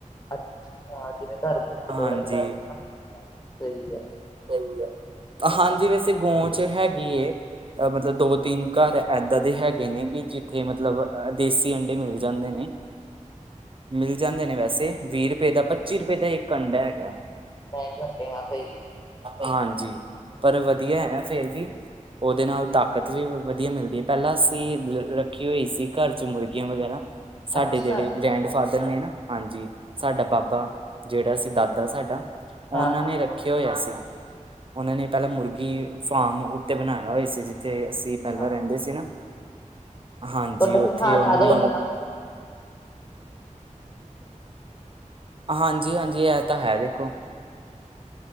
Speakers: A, on the left; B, on the right.
A: ਅੱਛਾ, ਜਿਵੇਂ ਘਰ ਕੋਈ
B: ਹਾਂਜੀ
A: ਰੱਖ ਸਹੀ ਆ
B: ਸਹੀ ਆ, ਹਾਂਜੀ ਵੈਸੇ ਗੋਂ'ਚ ਹੈਗੀ ਏ। ਮਤਲਬ ਦੋ-ਤਿੰਨ ਘਰ ਐਦਾਂ ਦੇ ਹੈਗੇ ਨੇ, ਕਿ ਜਿੱਥੇ ਮਤਲਬ ਦੇਸੀ ਅੰਡੇ ਮਿਲ ਜਾਂਦੇ ਨੇ। ਮਿਲ ਜਾਂਦੇ ਨੇ ਵੈਸੇ, ਵੀਹ ਰੁਪਏ ਦਾ ਪੱਚੀ ਰੁਪਏ ਦਾ ਇੱਕ ਅੰਡਾ ਹੈਗਾ।
A: ਟ੍ਰਾਏ ਕਰਦੇਂ ਆ, ਸਹੀ।
B: ਹਾਂਜੀ, ਪਰ ਵਧੀਆ ਐ ਫੇਰ ਵੀ। ਓਹਦੇ ਨਾਲ ਤਾਕਤ ਵੀ ਵਧੀਆ ਮਿਲਦੀ, ਪਹਿਲਾਂ ਅਸੀਂ ਰੱਖੀ ਹੋਈ ਸੀ, ਘਰ'ਚ ਮੁਰਗੀਆਂ ਵਗੈਰਾ। ਸਾਡੇ
A: ਅੱਛਾ
B: ਜਿਹੜੇ ਗ੍ਰੈਂਡ ਫਾਦਰ ਨੇ ਨਾ ਹਾਂਜੀ ਸਾਡਾ ਬਾਬਾ ਜਿਹੜਾ ਸੀ ਦਾਦਾ ਸਾਡਾ ਉਹਨਾਂ
A: ਹਾਂ ਹਾਂ
B: ਨੇ ਰੱਖਿਆ ਹੋਇਆ ਸੀ ਉਹਨਾਂ ਨੇ ਪਹਿਲਾਂ ਮੁਰਗੀ ਫਾਰਮ ਉੱਤੇ ਬਣਾਇਆ ਹੋਇਆ ਸੀ ਜਿੱਥੇ ਅਸੀਂ ਪਹਿਲਾਂ
A: ਹਾਂ
B: ਰਹਿੰਦੇ ਸੀ ਨਾ ਹਾਂਜੀ
A: ਤੁਹਾਡਾ
B: ਉੱਥੇ
A: ਫਿਰ ਥਾਂ
B: ਉਹਨਾਂ
A: ਜਿਆਦਾ
B: ਨੇ
A: ਹੋਏਗਾ ਨਾ <unintelligible>
B: ਹਾਂਜੀ ਹਾਂਜੀ ਇਹ ਤਾਂ ਹੈ ਦੇਖੋ